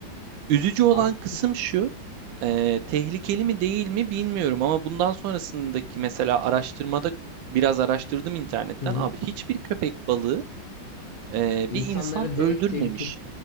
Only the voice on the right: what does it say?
Üzücü olan
kısım şu, e, tehlikeli mi değil mi bilmiyorum ama bundan sonrasındaki mesela araştırmada biraz araştırdım internetten
abi hiçbir köpek balığı Eee,
bir insan
öldürmemiş.